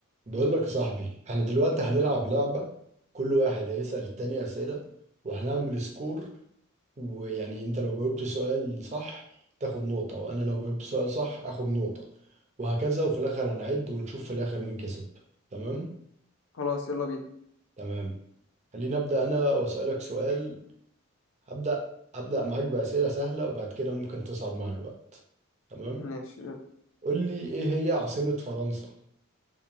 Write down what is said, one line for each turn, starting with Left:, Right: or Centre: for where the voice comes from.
Right: بقول لك يا صاحبي احنا دلوقتي هنلعب لعبة كل واحد هيسأل التاني أسئلة وهنعمل سكور ويعني انت لو جاوبت سؤال صح تاخد نقطة وانا لو جاوبت سؤال صح اخد نقطة وهكذا وفي الاخر هنعد ونشوف في الاخر مين كسب تمام
Left: خلاص يلا بينا
Right: تمام خليني ابدأ انا واسألك سؤال هبدأ ابدأ معاك بأسئلة سهلة وبعد كده ممكن تصعب مع الوقت تمام
Left: ماشي يلا.
Right: قول لي ايه هي عاصمة فرنسا